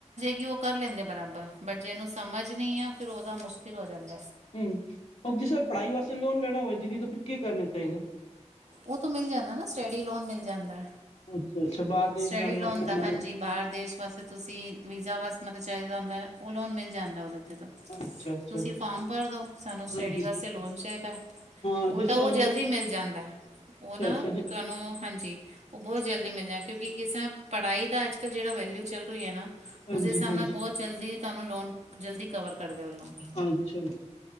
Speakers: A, on the right; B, on the left.
A: ਗੀ ਉਹ ਕਰ ਲੈਂਦੇ ਬਰਾਬਰ, ਪਰ ਜਿਨੂੰ ਸਮਝ ਨਹੀਂ ਆ, ਫੇਰ ਉਹਦਾ ਮੁਸ਼ਕਿਲ ਹੋ ਜਾਂਦਾ।
B: ਹਮ, ਓ ਜਿਸੇ ਪੜ੍ਹਾਈ ਵਾਸਤੇ ਲੋਨ ਲੈਣਾ ਹੋਵੇ ਦੀਦੀ ਤਾਂ ਫਿਰ ਕੀ ਕਰਨਾ ਚਾਹੀਦਾ?
A: ਉਹ ਤੋਂ ਮਿਲ ਜਾਂਦਾ ਨਾ, ਸਟਡੀ ਲੋਨ ਮਿਲ ਜਾਂਦਾ।
B: ਅੱਛਾ, ਅੱਛਾ ਬਾਹਰ ਦੇਸ਼
A: ਸਟਡੀ
B: ਜਾਣ
A: ਲੋਨ
B: ਵਾਸਤੇ
A: ਦਾ
B: ਵੀ
A: ਹਾਂਜੀ, ਬਾਹਰ ਦੇਸ਼ ਵਾਸਤੇ ਤੁਸੀਂ ਵੀਜ਼ਾ ਵਾਸ ਮਤਲਬ ਚਾਹੀਦਾ ਹੁੰਦਾ, ਉਨ੍ਹਾਂ ਨੁੰ ਮਿਲ ਜਾਂਦਾ ਉਹਦੇ
B: ਅੱਛਾ, ਅੱਛਾ।
A: ਤੁਸੀਂ ਫੋਮ ਭਰ ਦੋ, ਸਾਨੂੰ ਸਟੱਡੀ
B: ਹਾਂਜੀ,
A: ਵਾਸਤੇ ਲੋਨ ਚਾਹੀਦਾ
B: ਹਾਂ
A: ਉਲਟਾ
B: ਜਿਸ ਤਰ੍ਹਾਂ
A: ਉਹ
B: ਹੁਣ
A: ਜਲਦੀ ਮਿਲ ਜਾਂਦੈ। ਉਹ
B: ਅੱਛਾ
A: ਨਾ
B: ਅੱਛਾ ਜੀ
A: ਤੁਹਾਨੂੰ ਹਾਂਜੀ, ਉਹ ਬਹੁਤ ਜਲਦੀ ਮਿਲਦੈ। ਕਿਉਂਕਿ ਇਸ ਤਰ੍ਹਾਂ ਪੜ੍ਹਾਈ ਦਾ ਅੱਜ ਕੱਲ੍ਹ ਜਿਹੜਾ ਵੈਲਿਯੂ ਚੱਲ ਰਹੀ ਹੈ ਨਾ,
B: ਹਾਂਜੀ
A: ਉਸ ਹਿਸਾਬ
B: ਹਾਂਜੀ
A: ਨਾਲ ਬਹੁਤ ਜਲਦੀ ਤੁਹਾਨੂੰ ਲੋਨ, ਜਲਦੀ ਕਵਰ ਕਰਦੇ ਉਹ ਲੋਨ
B: ਅੱਛਾ-ਅੱਛਾ,